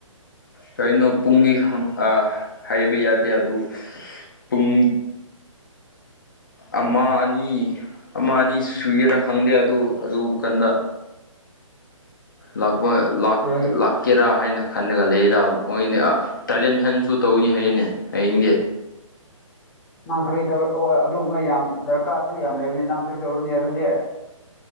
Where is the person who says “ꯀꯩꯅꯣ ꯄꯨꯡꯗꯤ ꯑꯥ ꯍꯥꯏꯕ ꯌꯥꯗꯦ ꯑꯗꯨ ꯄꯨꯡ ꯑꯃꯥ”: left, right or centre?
Left